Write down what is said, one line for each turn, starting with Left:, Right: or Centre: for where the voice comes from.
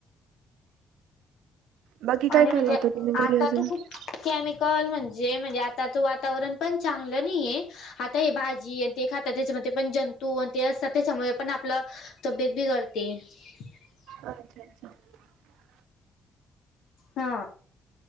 Right: बाकी काय
Left: आणि
Right: काय
Left: म्हणजे
Right: लावता तुम्ही घरी
Left: आता
Right: अजून
Left: तर
Right: अच्छा
Left: खूप केमिकल म्हणजे- जे म्हणजे आता त वातावरण पण चांगलं नाहीय आता हे भाजी आणि ते खाता त्याच्यामध्ये पण जन <unintelligible> तू आणि ते असत त्याच्यामुळे पण आपलं तब्येत बी करते <unintelligible>
Right: अच्छा अच्छा <unintelligible>
Left: हा